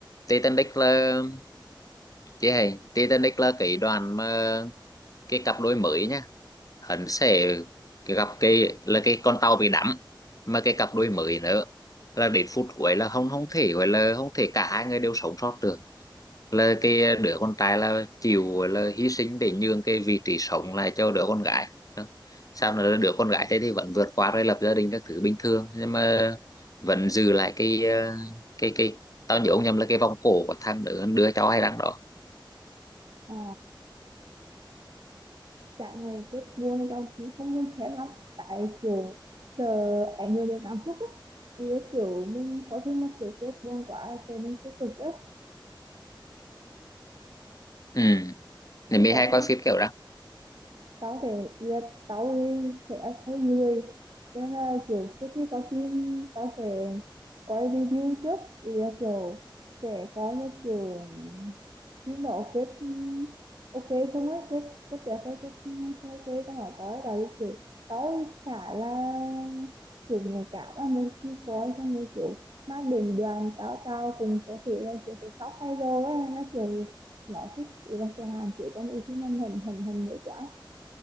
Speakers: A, on the left; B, on the right.
A: Titanic là chị hay Titanic là cái đoàn mà cái cặp đôi mới nhá hắn sẽ gặp cái là cái con tàu bị đắm mà cái cặp đôi mới nữa là đến phút cuối là không không thể gọi là không thể cả hai người đều sống sót được là cái đứa con trai là chịu gọi là hy sinh để nhường cái vị trí sống lại cho đứa con gái sao là đứa con gái thế thì vẫn vượt qua rồi lập gia đình các thứ bình thường nhưng mà vẫn giữ lại cái ờ, cái cái tao nhớ ông nhầm là cái vòng cổ của thằng đứa đứa cháu hay đang đó
B: ờ trạng này kết buồn thì tao cũng không muốn xem lắm tại kiểu sợ ảnh hưởng đến cảm xúc á thì cái kiểu mình có phim mà kiểu kết buồn quá sợ mình sẽ cực ấy
A: ừ thì
B: thì
A: mới
B: có
A: hay
B: phim
A: coi
B: mà
A: phim kiểu đó
B: tao sẽ yeah, tao ấy sẽ thấy người Cho nên là kiểu trước khi coi phim tao sẽ coi review trước thì là kiểu sẽ coi như kiểu phim đó kết ok không ấy kết kết đẹp hay kết không ok tao không coi tại vì kiểu tao ấy khá là kiểu nhạy cảm á nhưng khi coi xong rồi kiểu mang đến đoàn cao trào cùng có thể là kiểu sẽ khóc hay rồi ấy, nó kiểu nó thích ý là sẽ hạn chế con bị phim mình hình hình hình nữa quá